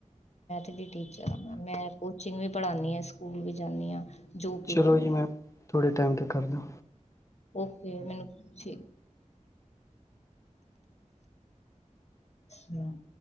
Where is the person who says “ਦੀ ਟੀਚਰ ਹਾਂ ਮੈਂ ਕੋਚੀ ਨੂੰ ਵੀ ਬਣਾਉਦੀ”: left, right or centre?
Left